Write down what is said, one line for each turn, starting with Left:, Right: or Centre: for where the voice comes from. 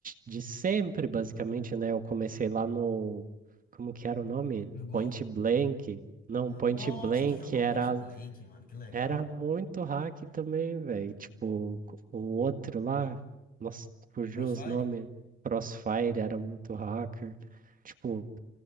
Right: de sempre, basicamente, né? Eu comecei lá no. Como que era o nome?
Left: No gol?
Right: Point Blank. Não, Point
Left: Nossa,
Right: Blank
Left: tu jogou
Right: era,
Left: Point Blank, mano. Que legal.
Right: era muito hack também, velho. Tipo, o outro lá, nossa, fugiu
Left: Crossfire?
Right: os nomes. Crossfire era muito hacker. Tipo,